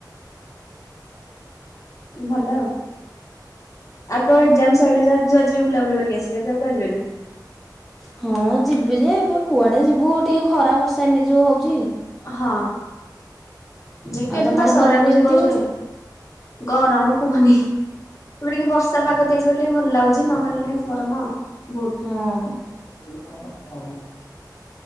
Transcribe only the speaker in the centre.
ହଁ ଯିବି ଯେ ଏବେ କୁଆଡେ ଯିବୁ ଟିକେ ଖରା ବର୍ଷା ଏମିତି ଯୋଉ ହଉଛି।
ଆଉ ତମ
ଆଡେ
ଗରମ କେମିତି
ହଉଛି?
ହଁ